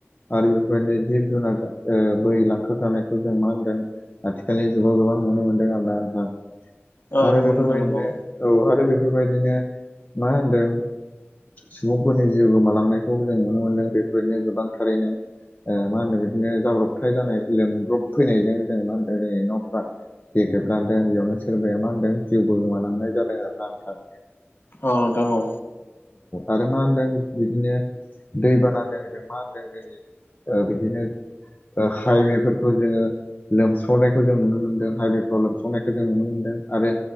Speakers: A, on the left; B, on the left.
A: आरो बेफोरबायदि जिब जुनार बोै लांखार जानायखौ जों मा होनदों आथिखालनि जुगाव गोबां नुनो मोनदों आं नोंथां
B: औ
A: आरो
B: नंगौ
A: बेफोरबायदिनो
B: नोंथां नंगौ
A: औ आरो बेफोरबायदिनो मा होनदों सुबुंफोरनि जिउ गोमालांनायखौ जों नुनो मोनदों बेफोरनो गोबांथारैनो ओ मा होनो बिदिनो जाब्रबथाय जानाय लोमब्रब फैनायजों जों मा होनदों जोंनि न'फ्रा गेग्रेजदों बेयावनो सोरबाया मा होनदों जिउबो गोमानांनाय जादों आरो ना आथा
B: औ नोंथां औ
A: आरो मा होनदों बिदिनो दैबानाजों जों मा होनदों जोंनि बिदिनो हाइमेफोरखौ जोङो लोमसावनायखौ जों नुनो मोन्दों हाइवेफ्राव लोमसावनायखौ जों नुनो मोन्दों आरो